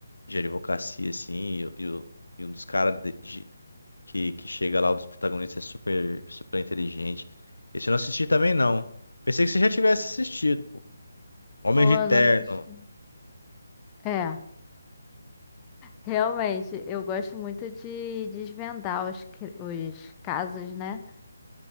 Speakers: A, on the left (about 75°); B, on the left (about 15°).
A: de advocacia, assim. E, e o- e um dos caras de- de- que, que chega lá, um dos protagonistas, é super, super inteligente. Esse eu não assisti também, não. Pensei que você já tivesse assistido. Homens
B: Pô,
A: de Terno.
B: não assisti. É, realmente, eu gosto muito de desvendar os, cri- os casos, né?